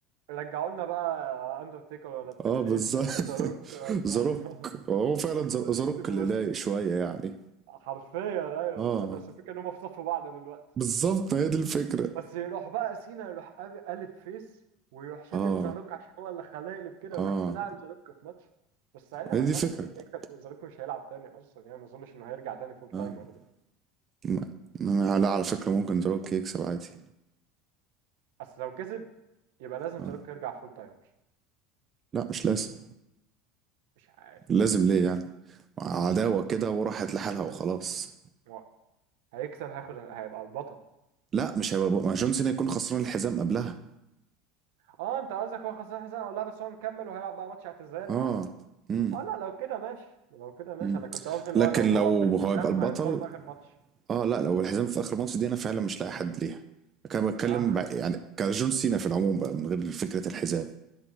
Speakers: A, on the right (about 75°); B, on the right (about 30°).
A: رجعوا لنا بقى اندرتيكر ولا تريبل
B: اه بالظبط
A: اتش ولا
B: <laughs>
A: زاروك ولا
B: زاروك
A: <laughs>
B: هو
A: <laughs>
B: فعلا
A: هم
B: زاروك
A: ستيف
B: اللي
A: اوستن
B: لايق شوية يعني
A: حرفيا ايوه
B: اه
A: بالظبط بس الفكره ان هم في صف بعض دلوقتي
B: بالظبط هي دي الفكرة
A: بس يروح بقى سينا يروح قاب- قالب فيس ويروح شاتم
B: اه
A: زاروك عشان هو اللي خلاه يقلب كده
B: اه
A: ويروح ملاعب زاروك في ماتش بس ساعتها
B: هي
A: ما
B: دي
A: ينفعش
B: الفكرة
A: زاروك يكسب زاروك مش هيلعب تاني اصلا يعني ما اظنش انه هيرجع تاني فول تايمر
B: اه
A: ده
B: م- م- لا على فكرة ممكن دروك يكسب عادي
A: بس لو كسب يبقى لازم
B: آه.
A: زاروك يرجع فول تايمر
B: لا مش لازم
A: مش عارف
B: لازم ليه يعني عداوة كده وراحت لحالها
A: بس
B: وخلاص
A: انت هو هيكسب هياخد هيبقى البطل
B: لا مش هيبقى ما جون سينا يكون خسران الحزام قبلها
A: اه انت قصدك هو خسران حزام ولا بس هو مكمل وهيلعب بقى ماتش اعتزال
B: اه
A: يعني
B: امم
A: اه لا لو كده ماشي لو كده ماشي
B: امم
A: انا كنت قصدي اللي
B: لكن
A: هو لو
B: لو
A: هو بالحزام
B: هو يبقى البطل
A: وهيخسروا في اخر ماتش
B: اه لا لو الحزام في اخر ماتش دي انا فعلا مش لاقي حد ليها كان بتكلم
A: <laughs> اه
B: بع- يعني كجون سينا في العموم بقى من غير فكرة الحزام